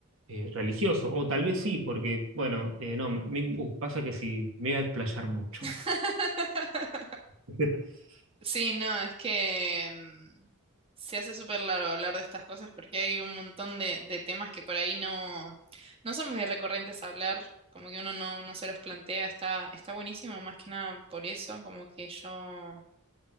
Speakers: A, on the right; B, on the right.
A: eh, religioso, o tal vez sí, porque, bueno, eh, no, me- uh, pasa que sí, me voy a explayar mucho.
B: <laughs>
A: <laughs>
B: Sí, no, es que mm, se hace súper largo hablar de estas cosas porque hay un montón de, de temas que por ahí no, no son muy recurrentes a hablar, como que uno no, no se los plantea, está, está buenísimo más que nada por eso, como que yo,